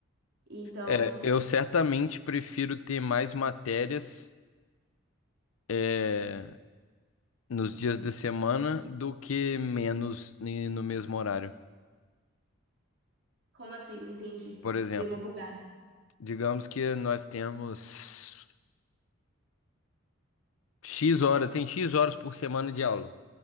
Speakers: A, on the right; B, on the left.
A: Então,
B: É, eu certamente prefiro ter mais matérias, é, nos dias de semana do que menos ni- no mesmo horário.
A: como assim? Não entendi.
B: Por exemplo,
A: Dei uma bugada.
B: digamos que nós temos X horas, tem X horas por semana de aula.